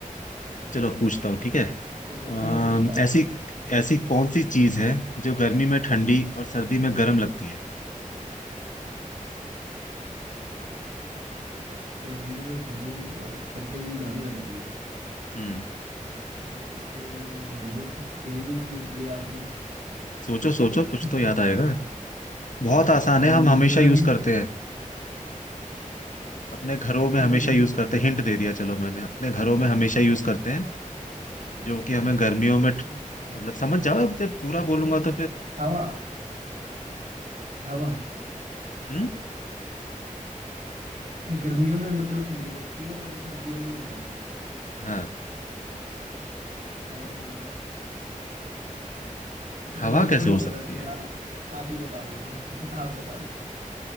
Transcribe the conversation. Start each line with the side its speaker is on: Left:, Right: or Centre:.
Left: चलो पूछता हूँ ठीक है
Right: ठीक
Left: अम,
Right: है करो फिर स्टार्ट
Left: ऐसी
Right: हाँ
Left: ऐसी कौन सी चीज है जो गर्मी में ठंडी और सर्दी में गर्म लगती है
Right: गर्मी में ठंडी और सर्दी में गर्म लगती है
Left: हम्म
Right: ये तो बहुत डिफिकल्ट पूछ लिया आपने
Left: सोचो सोचो
Right: <laughs>
Left: कुछ तो याद आएगा बहुत आसान
Right: हम्म,
Left: है हम हमेशा
Right: थोड़ा
Left: यूज
Right: हिंट
Left: करते हैं अपने घरों में
Right: थोड़ा
Left: हमेशा
Right: हिंट
Left: यूज
Right: दो
Left: करते
Right: मेरे
Left: हैं
Right: को
Left: हिंट दे दिया चलो मैंने अपने घरों में हमेशा यूज करते हैं जो कि हमें गर्मियों में ठ-
Right: हम्म,
Left: मतलब समझ जाओ अब जब पूरा बोलूंगा तो फिर
Right: हवा हवा
Left: हम्म
Right: गर्मियों में मतलब ठंडी लगती है और सर्दियों में गर्म
Left: हाँ
Right: हवा होगी मेरे
Left: हवा कैसे
Right: को नहीं
Left: हो सकती
Right: पता थोड़ा
Left: है
Right: आप आप ही बता दो फिर <laughs> आप बता दो